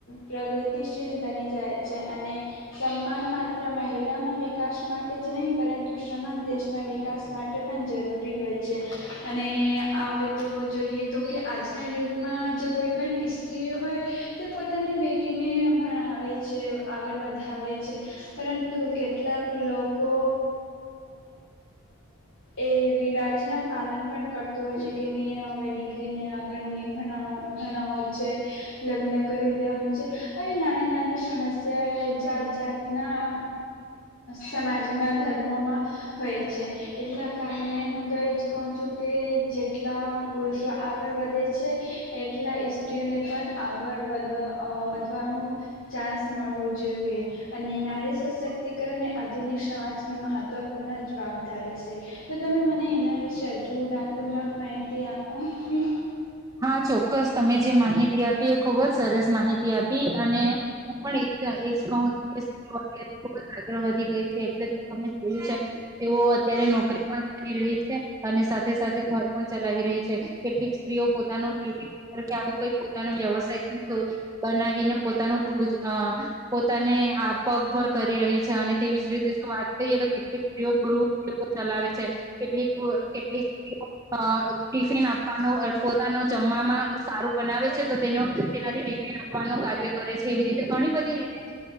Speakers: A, on the left; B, on the right.
A: પ્રગતિશીલ બની જાય છે અને સમાન માત્ર મહિલાઓના વિકાસ માટે જ નહીં પરંતુ સમાન દેશના વિકાસ માટે પણ જરૂરી હોય છે અને હવે તો જોઈએ તો કે આજના યુગમાં જે કોઈ પણ સ્ત્રીઓ હોય તે પોતાને બે ને ભણાવે છે આગળ વધ છે પરંતુ કેટલાક લોકો એ રિવાજના પાલન પણ કરતોું હોય છે કે નિમ હવે દીકરીને આગળની ભણ ભણાવું છે લગ્ન કરી દેવાનું છે આવી નાની નાની સમસ્યા એ જાત જાતના સમાજમાં ધર્મોમાં હોય છે એટલા કારણે હું તો એજ કહ છું કે જેટલા પુરુષો આગળ વધે છે એટલા સ્ઈત્રીઓને પણ આગળ વધવા વધવાનું ચાન્સ મળવું જો જોઈએ અને નારી સશક્તિકરણ એ આધુનિક સમાજ ન મહત્વપૂર્ણ જવાબદારી છે તો તમે મને એના વિશે હજુદાનપૂર્વક માહિતી આપો ને
B: હા ચોક્કસ તમે જે માહિતી આપી એ ખુબ જ સરસ માહિતી આપી અને હું પણ એ જ કહુંું કે ખબ જ આગળ વધી ગઈ એટલે તમે જોયું છે તેઓ અત્યારે નોકરી પણ કરી રહી છે અને સાથે સાથે ઘર પણ ચલાવી રહી છે કેટલીક સ્ત્રીઓ પોતાનો બ્યુટી કે આવો પોતાનો વ્યવસાય બનાવીને પોતાનું પોતાને પગભર કરી રહી છે અને તેવી જ રીતે જો વાત કરીએ તો કેટલીક સ્ત્રીઓ ગૃ ચલાવે છે કેટલીક કેટલીક સ્ત્રીઓ ટિફિન આપવાનું તા ન જમવામાં સારું બનાવે છે તો તેનું તેનાથી ટિકિટ આપવાનું કાર્ય કરે છે એવી રીતે ઘણી બધી રીતે સ્